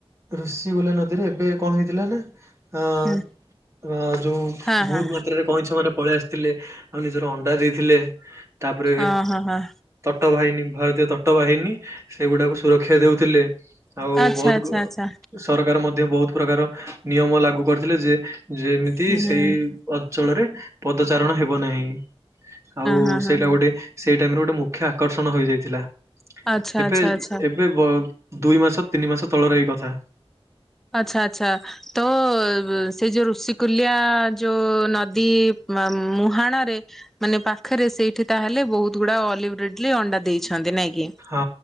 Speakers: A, on the right (about 30°); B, in the centre.
A: ଋଷି ବୋଲେ ନଦୀରେ ଏବେ କଣ ହେଇଥିଲା ନା ଅ
B: ହୁଁ
A: ଯୋଉ
B: ହଁ
A: ବହୁତ
B: ହଁ
A: ମାତ୍ରାରେ କଇଁଛ ମାନେ ପଳେଇ ଆସି ଥିଲେ ଆଉ ନିଜର ଅଣ୍ଡା ଦେଇଥିଲେ। ତାପରେ
B: ଓହୋ ହଁ
A: ତଟବାହିନୀ ଭାରତୀୟ ତଟ ବାହିନୀ ସେଗୁଡାକୁ ସୁରକ୍ଷା ଦଉଥିଲେ। ଆଉ
B: ଆଚ୍ଛା
A: ବହୁତ
B: ଆଚ୍ଛା ଆଚ୍ଛା
A: ସରକାର ମଧ୍ୟ ବହୁତ ପ୍ରକାର ନିୟମ ଲାଗୁ କରିଥିଲେ ଯେ ଯେମିତି
B: ହୁଁ
A: ସେଇ
B: ହଁ
A: ଅଞ୍ଚଳରେ ପଦ ଉଚ୍ଚାରଣ ହେବ ନାହିଁ। ଆଉ
B: ହଁ ହଁ
A: ସେଇଟା
B: ହଁ
A: ଗୋଟେ ସେଇ ଟାମରେ ଗୋ ମୁଖ୍ୟ ଆକର୍ଷଣ ହୋଇଯାଇଥିଲା।
B: ଆଚ୍ଛା
A: ଏବେ
B: ଆଚ୍ଛା ଆଚ୍ଛା
A: ଏବେ ଦୁଇ ମାସ ତିନି ମାସ ତଳର ଏଇ କଥା।
B: ଆଚ୍ଛା ଆଚ୍ଛା ତ ସେଇଯୋଉ ଋଷକୁଲିଆ ଯୋଉ ନଦୀ ମୁହାଣରେ ମାନେ ପାଖରେ ସେଇଠି ତା ହେଲେ ବହୁତ ଗୁଡା ଅଲିିବ୍ରିଡଲି ଅଣ୍ଡା ଦେଇଛନ୍ତି ନାଇଁ। କି?
A: ହଁ